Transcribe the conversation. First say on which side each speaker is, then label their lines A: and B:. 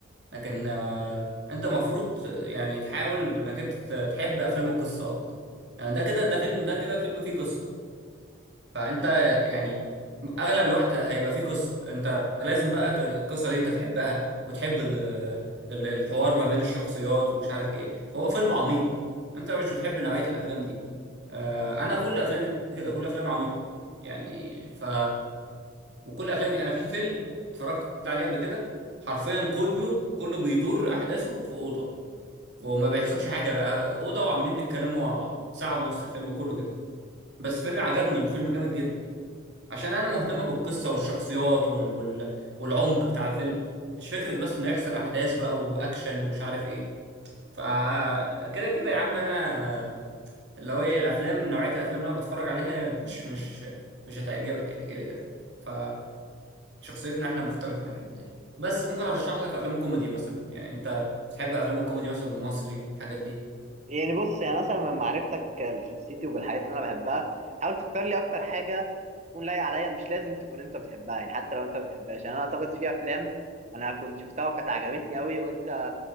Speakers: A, on the right; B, on the right.
A: لكن آه، انت المفروض يعني تحاول انك انت ت- تحب افلام القصه اكتر يعني ده كده ده فيلم ده كده فيلم فيه قصه فانت يعني اغلب الوقت هيبقى فيه قصه انت لازم بقى ت- القصه دي انت تحبها وتحب ال- ال- الحوار ما بين الشخصيات ومش عارف ايه فهو فيلم عميق انت مش بتحب نوعيه الافلام دي آه، انا كل افلامي كده كل افلامي عميقه يعني ف وكل افلامي انا في فيلم اتفرجت عليه قبل كده حرفيا كله كله بيدور احداثه في اوضه وما بيحصلش حاجه بقى اوضه وعمالين بيتكلموا مع بعض ساعه ونص الفيلم كله كده بس فيلم عجبني وفيلم جامد جدا عشان انا مهتم بالقصه والشخصيات وال... وال... والعمق بتاع الفيلم مش فكره بس انه يحصل احداث بقى واكشن ومش عارف ايه فكده كده كده يا عم انا اللي هو ايه الافلام نوعيه الافلام اللي انا بتفرج عليها مش مش مش هتعجبك يعني كده كده ف شخصيتنا احنا مختلفه في الحته دي بس ممكن ارشح لك افلام كوميدي مثلا يعني انت بتحب افلام الكوميدي مثلا المصري الحاجات دي
B: يعني بص يعني مثلا من معرفتك لشخصيتي وبالحاجات اللي انا بحبها حاول تختار لي اكتر حاجه تكون لايقه عليا مش لازم تكون انت بتحبها يعني حتى لو انت ما بتحبهاش يعني انا اعتقد في افلام انا كنت شفتها وكانت عجبتني قوي وانت